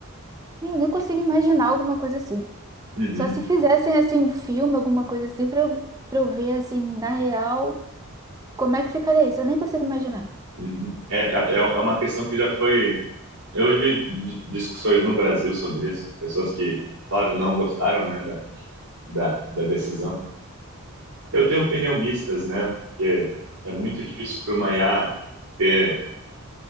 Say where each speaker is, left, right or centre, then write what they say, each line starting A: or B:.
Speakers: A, on the right; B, on the right.
A: Eu nem consigo imaginar alguma coisa assim.
B: Uhum,
A: Só se fizessem assim um filme, alguma coisa assim, pra eu, pra eu ver assim na real como é que ficaria isso. Eu nem consigo imaginar.
B: uhum. É, é, é é uma questão que já foi. Eu já vi di- discussões no Brasil sobre isso, pessoas que, claro, não gostaram, né, da, da, da decisão Eu tenho opinião mistas, né? Porque é muito difícil para o IA ter,